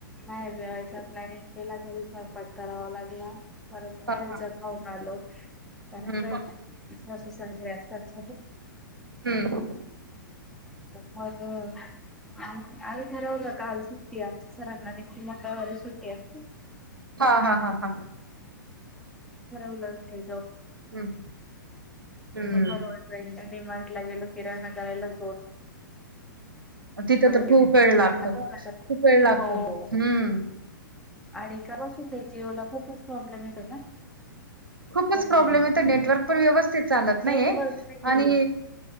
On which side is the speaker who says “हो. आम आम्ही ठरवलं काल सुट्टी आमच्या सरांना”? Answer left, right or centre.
Centre